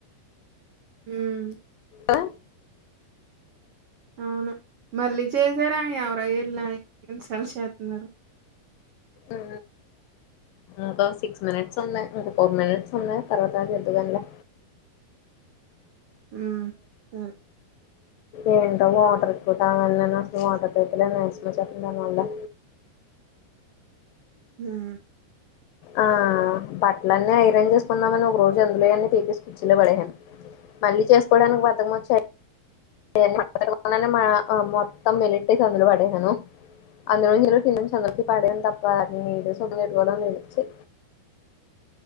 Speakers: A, on the right; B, on the left.
A: ఉమ్
B: ఆ
A: అవును మళ్ళీ చేసారా ఎవరళసలు చేస్తున్నారు
B: ఆ ఇంకా సిక్స్ మినిట్స్ ఉన్నాయి ఇంకా ఫోర్ మినిట్స్ ఉన్నాయి తర్వాత అగి చెధువుగానిలే
A: ఉమ్ సరే
B: ఎంటో వాోటర్ కూటా అ వాటర్ ఎకాలెన్ నర్సామ్ వాచెతుంధి మాలా
A: ఉమ్
B: ఆ బట్టలన్నీ ఐరన్ చేసుకుందామని ఒక రోజు అందులోవన్నీ పీకేసి పచ్చీలో పదేషాను మళ్ళీ చేసుకోవడానికి బధకం వచ్చాయి మా <unintelligible> ఆ మొత్తం వెళ్లిట్టి చందులు పడయాను అందులో కందందులకి పడాను తప్ప న ఇద సుఖం పెట్టుకోవడంని లేధు చి